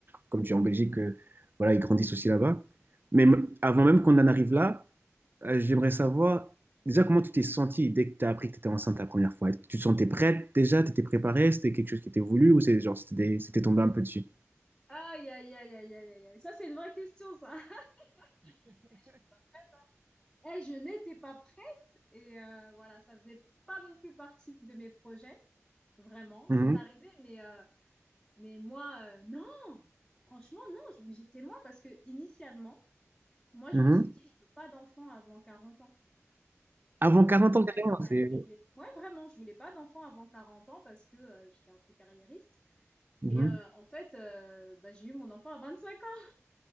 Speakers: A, on the right; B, in the centre.
A: comme tu es en Belgique, que, voilà, ils grandissent aussi là-bas. Mais m- avant même qu'on en arrive là, euh, j'aimerais savoir déjà comment tu t'es sentie dès que tu as appris que tu étais enceinte la première fois. Tu te sentais prête déjà? Tu étais préparée? C'était quelque chose qui était voulu ou c'est genre, c'était des- c'était tombé un peu dessus?
B: Aïe, aïe, aïe, aïe, aïe, aïe. aïe. Ça, c'est une vraie question, ça. <laughs> Eh, J'étais pas prête, hein. Eh, je n'étais pas prête et euh, voilà, ça faisait pas non plus partie de mes projets. vraiment,
A: Mhm,
B: c'est arrivé, mais, euh, mais moi, euh, non, franchement, non, je- j'étais loin parce que initialement, moi, je
A: mhm.
B: me suis dit, je veux pas d'enfant avant 40 ans, tu
A: Avant
B: vois.
A: quarante
B: Je, ouais,
A: ans, carrément,
B: ouais,
A: c'est.
B: je voulais, ouais, vraiment, je voulais pas d'enfant avant 40 ans parce que euh, j'étais un peu carriériste.
A: Mhm.
B: Et euh, en fait, euh, bah, j'ai eu mon enfant à vingt-cinq ans.